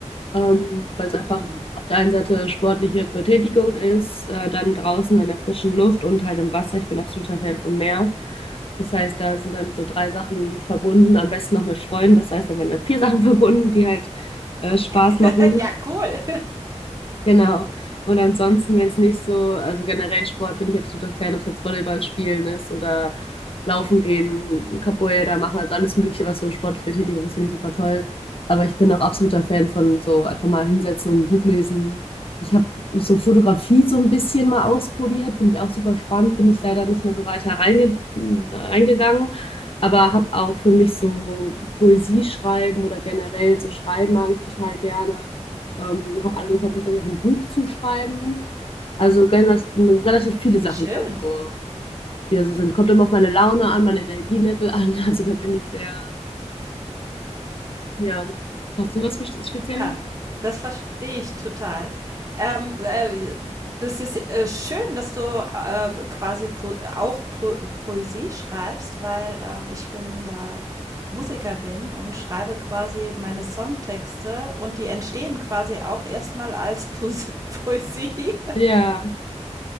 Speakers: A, on the left (about 50°); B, on the right (about 30°).
A: ähm, weil es einfach
B: Hm.
A: auf der einen Seite sportliche Betätigung ist, äh, dann draußen an der frischen Luft und halt im Wasser. Ich bin absoluter Fan vom Meer. Das heißt, da sind dann so drei Sachen verbunden, am besten noch mit Freunden. Das heißt, dann werden dann vier <laughs> Sachen verbunden, die halt äh, Spaß
B: <laughs>
A: machen.
B: Ja, cool.
A: Genau. Und ansonsten, wenn es nicht so, also generell Sport bin ich absoluter Fan, ob es jetzt Volleyball spielen ist oder laufen gehen, Capoeira machen, also alles Mögliche, was so sportlich Betätigung ist, finde ich super toll. Aber ich bin auch absoluter Fan von so einfach mal hinsetzen und ein Buch lesen. Ich habe so Fotografie so ein bisschen mal ausprobiert, finde ich auch super spannend, bin ich leider nicht mehr so weiter reinge reingegangen. Aber habe auch für mich so Poesie schreiben oder generell so schreiben mag ich total gerne. Ähm, habe angefangen, tatsächlich auch ein Buch zu schreiben. Also generell relativ viele Sachen,
B: Wie schön.
A: die da so, die da so sind. Kommt immer auf meine Laune an, mein Energielevel an. <laughs> Also da bin ich sehr, ja. Hast du was Beste- Spezielles?
B: Ja, das verstehe ich total. Ähm, äh, das ist äh, schön, dass du äh, quasi po auch po Poesie schreibst, weil ähm, ich bin ja Musikerin und schreibe quasi meine Songtexte und die entstehen quasi auch erstmal als po <laughs> Poesie
A: Ja,